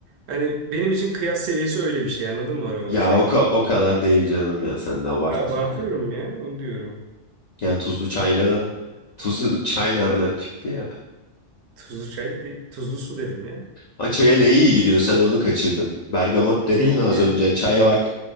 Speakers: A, on the right; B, on the left.
A: hani benim için kıyas seviyesi öyle bir şey. Anladın mı aromalı
B: ya
A: çayla?
B: o, ka-
A: Ya
B: o kadar değil canım ya sen de abarttın
A: abartıyorum
B: ya.
A: ya onu diyorum.
B: Yani tuzlu çayla da tuzlu <laughs> çay nereden çıktı ya?
A: Tuzlu çay, de- tuzlu su dedim ya.
B: Ha, çaya ne iyi gidiyor sen onu kaçırdın. Bergamot dedin
A: Ne iyi
B: de
A: gidiyor?
B: az önce çaya bak.